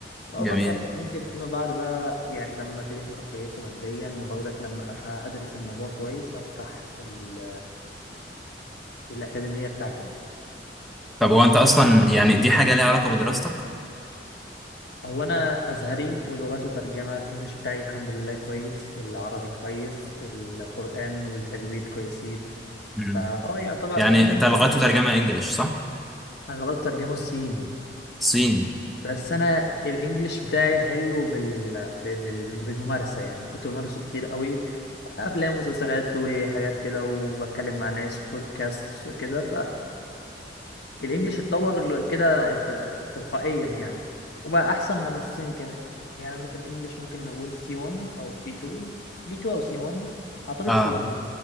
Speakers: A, on the left (about 65°); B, in the centre.
A: وأفكر
B: جميل
A: ممكن فيما بعد بقى يعني لما الدنيا تبقى كويسة ماديا وبرضك لما أفهم أدرس الموضوع كويس أفتح ال- الأكاديمية بتاعتي أنا.
B: طب هو انت اصلا
A: أنت إيه؟
B: يعني دي حاجه ليها علاقه بدراستك
A: هو انا ازهري ولغته ترجمه الانجليش بتاعي الحمد لله كويس العربي كويس القران والتجويد كويسين
B: امم
A: فا اه يعتبر
B: يعني
A: يعني
B: انت لغته
A: مش
B: ترجمه انجليش صح
A: انا لغات الترجمه الصيني
B: صيني
A: بس انا الانجليش بتاعي حلو بال... بال... بالممارسه يعني كنت بمارسه كتير قوي افلام ومسلسلات وحاجات كده وبتكلم مع ناس وبودكاست وكده الانجليش اتطور كده ت- تلقائيا يعني وبقى احسن من الصيني كمان يعني انا في الانجليش ممكن نقول سي 1 او بي 2 بي 2 او سي 1 اعتقد
B: اه
A: سي 1